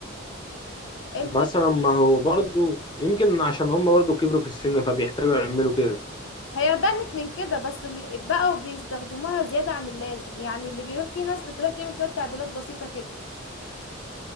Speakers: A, on the left (about 70°); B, on the left (about 20°).
A: ايه الفكرة
B: مثلا ما هو برضو يمكن عشان هم برضو كبروا في السن فبيحتاجوا يعملوا كده
A: هي بنت من كده بس ال- بقوا بيستخدموها زيادة عن اللازم يعني اللي بيبقى في ناس بتروح تعمل شوية تعديلات بسيطة كده